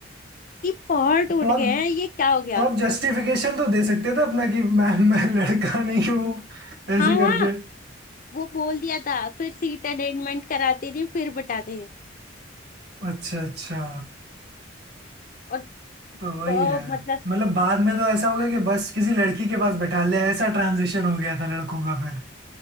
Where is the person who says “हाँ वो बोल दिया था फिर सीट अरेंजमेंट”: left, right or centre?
Left